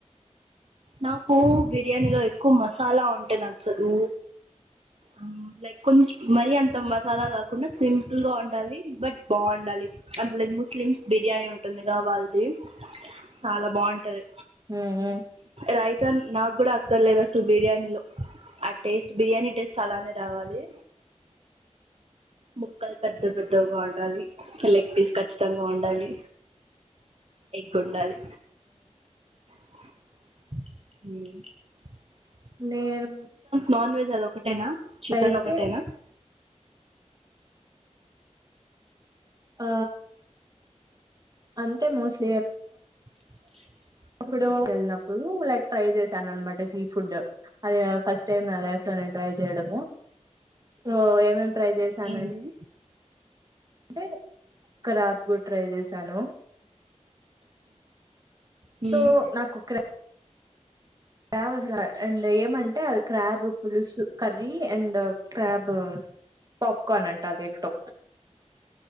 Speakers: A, on the right; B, on the right.
A: నాకూ బిర్యానీలో ఎక్కువ మసాలా ఉంటె నచ్చదూ అమ్ లైక్ కొంచం మరీ అంత మసాలా కాకుండా సింపుల్గా ఉండాలి బట్ బావుండాలి <unintelligible> ముస్లిమ్స్ బిర్యానీ ఉంటుందిగా వాళ్ది చాలా బావుంటది
B: ఊ ఊ
A: రైతన్ నాగ్గుడా అక్కర్లేదు అసలు బిర్యానీలో ఆ టేస్ట్ బిర్యానీ టేస్ట్ అలానే రావాలి ముక్కల్ పెద్ద పెద్దవిగా ఉండాలి లెగ్ పీస్ ఖచ్చితంగా ఉండాలి ఎగ్గుండాలి <inaudible>
B: నేను
A: నాన్వెజ్ అదొకటేనా చికెనొకటేనా
B: అయితే ఆ అంటే మోస్ట్లీ యే
A: <inaudible>
B: ప్పుడూ కెళ్నప్పుడూ లైక్ ట్రై చేసానన్మట స్ట్రీట్ ఫుడ్ అది ఫస్ట్ టైమ్ నా లై నేన్ ట్రై చేయడము ఓ ఏమేం ట్రై చేశానం
A: ఏంది
B: టే ఖరాబ్ గూడ్ ట్రై చేశాను
A: మ్మ్.
B: సో నాకు క్ర క్రాబసలా అండ్ ఏమంటే అది క్రాబు పులుసు కర్రీ అండ్ క్రాబ్ పాప్కార్న్ అంట దీంట్లో